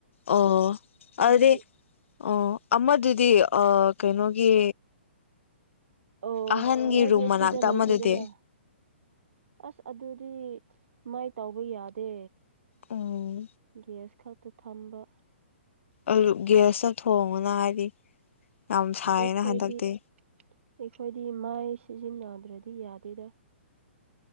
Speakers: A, on the left; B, on the right.
A: ꯑꯣ
B: ꯁꯦꯝꯕꯒꯤ
A: ꯑꯗꯨꯗꯤ ꯑꯣ ꯑꯃꯗꯨꯗꯤ ꯑ ꯀꯩꯅꯣꯒꯤ
B: ꯑꯣ
A: ꯑꯍꯟꯒꯤ
B: ꯃꯣꯏꯗꯤ
A: ꯔꯨꯝ
B: ꯑꯁꯤꯗ
A: ꯃꯅꯥꯛꯇ
B: ꯂꯩꯇꯦꯗꯅ
A: ꯑꯃꯗꯨꯗꯤ
B: ꯑꯁ ꯑꯗꯨꯗꯤ ꯃꯥꯏ ꯇꯥꯎꯕ ꯌꯥꯗꯦ
A: ꯎꯝ
B: ꯒꯦꯁ ꯈꯛꯇ ꯊꯝꯕ
A: ꯑꯂꯨ ꯒ꯭ꯌꯥꯁꯇ ꯊꯣꯡꯉꯅ ꯍꯥꯏꯗꯤ ꯌꯥꯝ ꯁꯥꯏꯌꯦꯅ
B: ꯑꯩꯈꯣꯏꯗꯤ
A: ꯍꯟꯗꯛꯇꯤ
B: ꯑꯩꯈꯣꯏꯗꯤ ꯃꯥꯏ ꯁꯤꯖꯤꯟꯅꯗ꯭ꯔꯗꯤ ꯌꯥꯗꯦꯗ